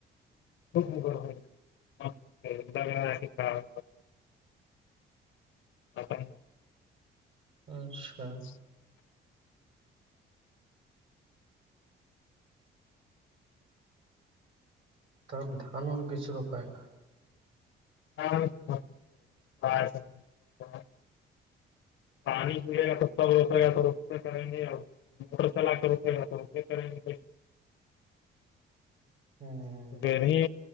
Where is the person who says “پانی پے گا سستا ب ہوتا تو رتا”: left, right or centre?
Left